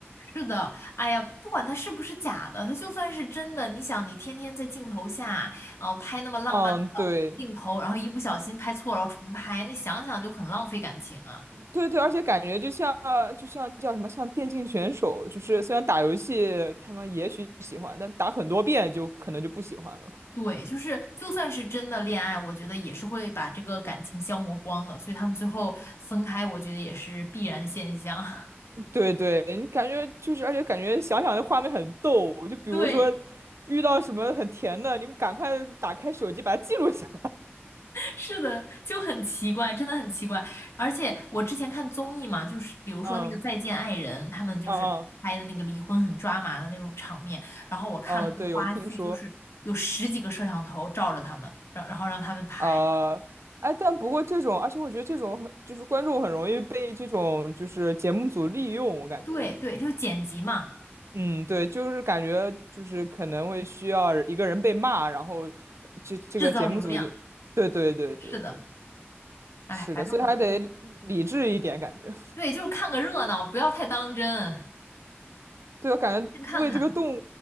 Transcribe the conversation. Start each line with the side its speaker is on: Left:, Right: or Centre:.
Left: 是的，哎呀，不管它是不是假的，它就算是真的，你想，你天天在镜头下，呃，拍那么浪漫的镜头，
Right: 嗯，对，
Left: 然后一不小心拍错了，然后重拍，那想想就很浪费感情啊。
Right: 对对，而且感觉就像就像叫什么，像电竞选手，就是虽然打游戏他们也许喜欢，但打很多遍就可能就不喜欢了。
Left: 对，就是就算是真的恋爱，我觉得也是会把这个感情消磨光的，所以他们最后分开，我觉得也是必然现象。<laughs>
Right: 对对，你感觉就是，而且感觉想想这画面很逗，就比如说
Left: 对。
Right: 遇到什么很甜的，你们赶快打开手机把它记录下。
Left: 是的，就很奇怪，真的很奇怪。而且我之前看综艺嘛，就是比如说那个《再见爱人》，
Right: 嗯
Left: 他们就是拍的那个离婚很抓马的那种场面。
Right: 嗯嗯，
Left: 然后我看了一个花絮，
Right: 哦，对，有听说。
Left: 就是有十几个摄像头照着他们，然然后让他们拍。
Right: 啊，哎，但不过这种，而且我觉得这种很就是观众很容易被这种就是节目组利用，我感觉，
Left: 对对，就是剪辑嘛，
Right: 嗯，对，就是感觉就是可能会需要一个人被骂，然后这这个节目组就，
Left: 制造流量。
Right: 对对对对对，
Left: 是的，哎，
Right: 是的，
Left: 反正我觉得，
Right: 所以还得理智一点，感觉，
Left: 对，就是看个热闹，不要太当真，
Right: <laughs> 对，我感觉为这个动
Left: 先看看。